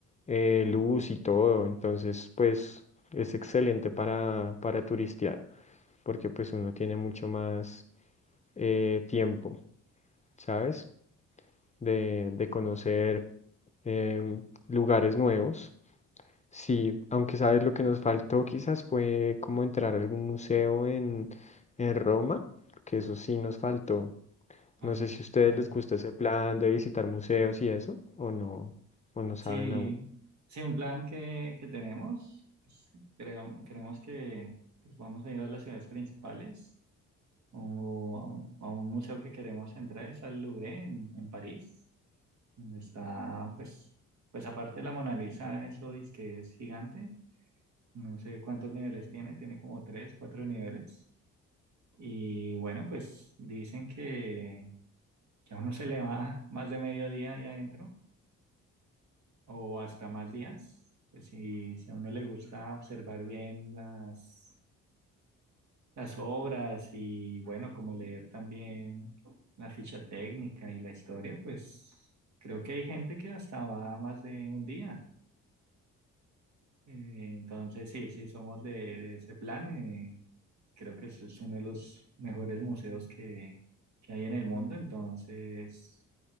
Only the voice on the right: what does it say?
Ah,
ok.
Sí,
sí, un plan que, que tenemos, pues, creo, creemos que pues, vamos a ir a las ciudades principales o a, un a un museo que queremos entrar, es al Louvre en, en París, donde está, pues, pues aparte de la Mona Lisa, eso dice que es gigante, no sé cuántos niveles tiene, tiene como tres, cuatro niveles. Y bueno, pues dicen que, que a uno se le va más de mediodía ahí adentro o hasta más días. Pues si, si a uno le gusta observar bien las, las obras y bueno, como leer también la ficha técnica y la historia, pues creo que hay gente que hasta va más de un día. Eh, entonces sí, sí somos de, de ese plan. eh, creo que es es uno de los mejores museos que, que hay en el mundo, entonces